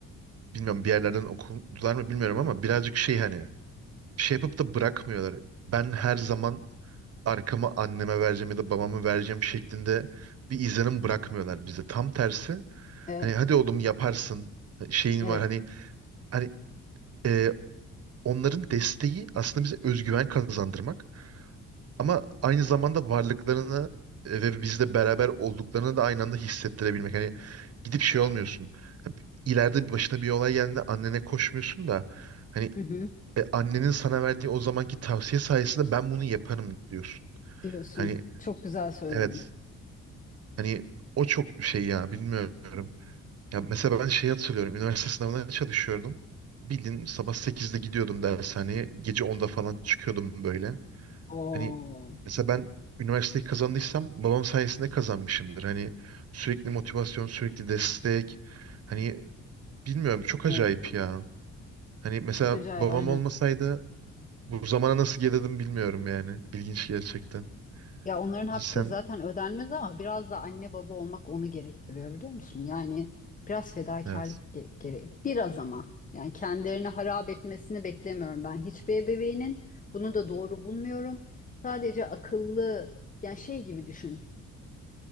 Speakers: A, on the right (about 55°); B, on the left (about 25°).
A: bilmiyorum bir yerlerden okudular mı bilmiyorum ama birazcık şey hani bir şey yapıp da bırakmıyorlar. Ben her zaman arkamı anneme vereceğim ya da babamı vereceğim şeklinde bir izlenim bırakmıyorlar bize. Tam tersi
B: Evet,
A: hani hadi oğlum yaparsın şeyin
B: evet.
A: var hani hani e, onların desteği aslında bize özgüven kazandırmak ama aynı zamanda varlıklarını e, ve bizle beraber olduklarını da aynı anda hissettirebilmek. Hani gidip şey olmuyorsun. Ha, bi- başına bir olay geldiğinde annene koşmuyorsun da hani
B: Hı hı,
A: e, annenin sana verdiği o zamanki tavsiye sayesinde ben bunu yaparım diyorsun.
B: diyorsun.
A: Hani
B: Çok güzel söyledin.
A: evet Hani o çok şey ya bilmiyorum. Ya mesela ben şey hatırlıyorum. Üniversite sınavına çalışıyordum. Bildiğin sabah sekizde gidiyordum dershaneye. Gece onda falan çıkıyordum böyle.
B: Oo,
A: Hani mesela ben üniversiteyi kazandıysam babam sayesinde kazanmışımdır. Hani sürekli motivasyon, sürekli destek. Hani bilmiyorum çok acayip
B: evet.
A: ya. Hani mesela
B: Çok acayip
A: babam
B: aynen.
A: olmasaydı bu zamana nasıl gelirdim bilmiyorum yani. İlginç gerçekten.
B: Ya onların hakkı
A: Sen
B: zaten ödenmez ama biraz da anne baba olmak onu gerektiriyor biliyor musun? Yani biraz fedakarlık
A: evet.
B: ge- gere biraz ama yani kendilerini harap etmesini beklemiyorum ben. Hiçbir ebeveynin bunu da doğru bulmuyorum. Sadece akıllı yani şey gibi düşün